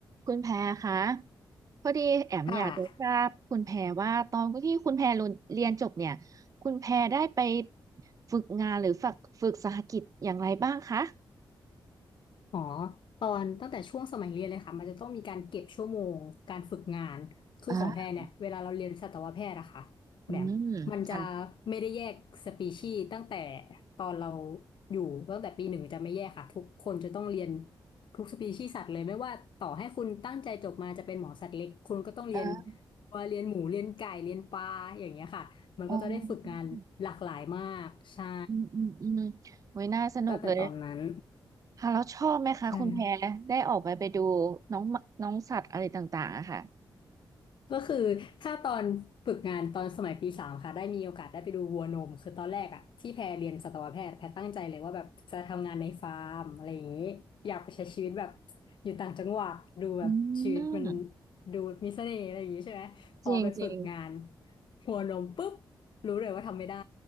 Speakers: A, on the right (about 40°); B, on the left (about 65°).
A: คุณแพรคะพอดีแอมอยากจะทราบคุณแพรว่าตอนที่คุณแพรเรียนจบเนี่ย
B: ค่ะ
A: คุณแพรได้ไปฝึกงานหรือฝึกฝึกสหกิจอย่างไรบ้างคะ
B: อ๋อตอนตั้งแต่ช่วงสมัยเรียนเลยค่ะมันจะต้องมีการเก็บชั่วโมงการฝึกงานคือของแพรเนี่ยเวลาเราเรียนสัตวแพทย์อะค่ะคุณแหม่มมันจะ
A: อ่าอืมค่ะ
B: ไม่ได้แยกสปีชีส์ตั้งแต่ตอนเราอยู่ตั้งแต่ปีหนึ่งจะไม่แยกค่ะทุกคนจะต้องเรียนทุกสปีชีส์สัตว์เลยไม่ว่าต่อให้คุณตั้งใจจบมาจะเป็นหมอสัตว์เล็กคุณก็ต้องเรียน
A: อ่า
B: วัวเรียนหมูเรียนไก่เรียนปลาอย่างเงี้ยค่ะมันก็จะได้ฝึกงานหลากหลายมากใช่
A: อ่าอืมอืมอืมโอ้ยน่าสนุกเลย
B: ตั้งแต่ตอนนั้น
A: ค่ะแล้วชอบไหมคะคุณแพรได้ออกไปไปดู
B: ใช่
A: น้องน้องสัตว์อะไรต่างๆอะค่ะ
B: ก็คือถ้าตอนฝึกงานตอนสมัยปีสามค่ะได้มีโอกาสได้ไปดูวัวนมคือตอนแรกอะที่แพรเรียนสัตวแพทย์แพรตั้งใจเลยว่าแบบจะทำงานในฟาร์มอะไรอย่างนี้อยากไปใช้ชีวิตแบบอยู่ต่างจังหวัดดูแบบชีวิตมัน
A: อืม
B: ดูมีเสน่ห์อะไรอย่างนี้ใช่ไหมพอไปฝึกงาน
A: จริงจริง
B: วัวนมปุ๊บรู้เลยว่าทำไม่ได้